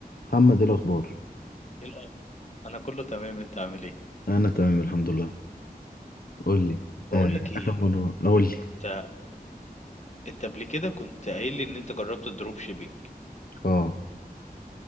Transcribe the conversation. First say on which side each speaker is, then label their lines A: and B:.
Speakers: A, on the left; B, on the left.
A: محمد ايه الاخبار
B: إيه الأخبار؟ انا كله تمام انت عامل ايه
A: انا تمام الحمد لله قول لي
B: بقول
A: آه
B: لك ايه
A: اخر مره قول لي
B: انت انت قبل كده كنت قايل لي ان انت جربت الدروب شيبينج
A: اه